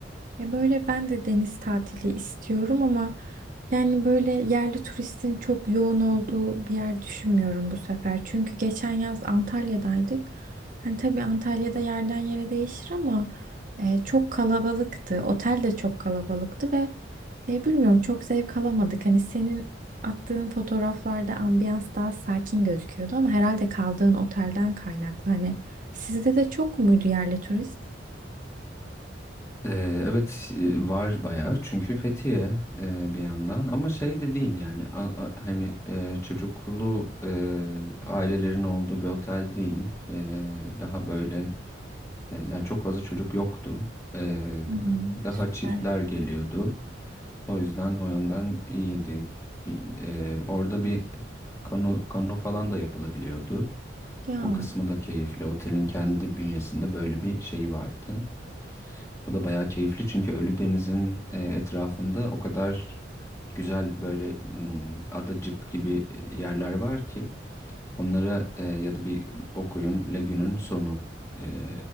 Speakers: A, on the right; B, on the left.
A: Ya böyle ben de deniz tatili istiyorum ama yani böyle yerli turistin çok yoğun olduğu bir yer düşünmüyorum bu sefer. Çünkü geçen yaz Antalya'daydık. Hani tabii Antalya'da yerden yere değişir ama e, çok kalabalıktı. Otel de çok kalabalıktı ve e, bilmiyorum çok zevk alamadık. Hani senin attığın fotoğraflarda ambiyans daha sakin gözüküyordu ama herhalde kaldığın otelden kaynaklı. Hani sizde de çok muydu yerli turist?
B: Ee, evet e, var bayağı çünkü Fethiye e, bir yandan ama şey de değil yani A- a- hani e, çocuklu e, ailelerin olduğu bir otel değil E, daha böyle e, yani çok fazla çocuk yoktu E,
A: Hı hı.
B: daha
A: Süper.
B: çiftler geliyordu o yüzden o yandan iyiydi E, orada bir kano, kano falan da yapılabiliyordu
A: Ya.
B: o kısmı da keyifli otelin kendi bünyesinde böyle bir şeyi vardı o da bayağı keyifli çünkü Ölüdeniz'in e, etrafında o kadar güzel böyle m, adacık gibi e, yerler var ki onlara e, ya da bir o koyun lagünün sonu e,